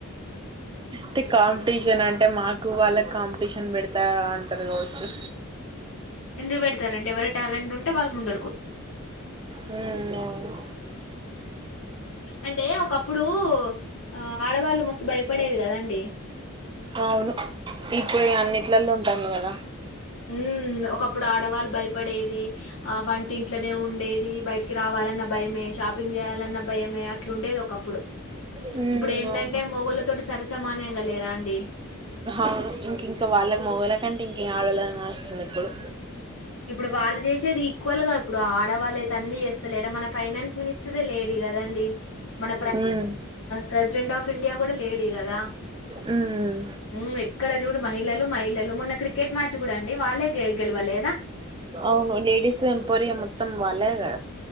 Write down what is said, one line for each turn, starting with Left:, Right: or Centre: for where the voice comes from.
Right: త కమ ంపిటీషన్ అంటే మాకు వాళ్ళకి కాంపిటీషన్ పెడతార అంటారు కావచ్చు
Left: ఎందుకు పెడతారండి ఎవరి టాలెంట్ ఉంటే వాళ్ ముందు
Right: హ్మ్ అవును
Left: అంటే ఒకప్పుడు ఆ ఆడవాళ్ళు మస్తు భయపడేది కదండి
Right: అవును ఇప్పుడు అన్నింటిలల్లో ఉంటాను కదా
Left: ఉ ఒకప్పుడు ఆడవాళ్ళు భయప పడేది ఆ వంటింట్లోనే ఉండేది బయటికి రావాలన్న భయం షాపింగ్ చేయాలన్న భయమే ఇట్లుండేది ఒకప్పుడు
Right: హ్మ్మ్
Left: ఇప్పుడేందంటే
Right: అవును
Left: మొగోళ్ళతోటి సరిసమాన్యంగా లేరా అండి.
Right: అవును ఇంక ఇంకా వాళ్ళకి మగల కంటే ఇంక ఆడలేదే నడుస్తుంది ఇప్పుడు
Left: ఇప్పుడు వాళ్ళు చేసేది ఈక్వల్ గా ఇప్పుడు ఆడవాళ్ళు అన్నీ చేస్తలేరా మన ఫైనాన్స్ మినిస్టరే లేడి కదండి మన
Right: హ్మ్
Left: ప్రెసిడెంట్ ఆఫ్ ఇండియా కూడా లేడి కదా
Right: హ్మ్
Left: హ్మ్మ్ ఎక్కడ చూడు మహిళలు మహిళలు మొన్న క్రికెట్ మ్యాచ్ కూడా అండి వాళ్ళే గెలవలేదా
Right: అవును లేడీస్ ఎంపరియా మొత్తం వాళ్లదే కద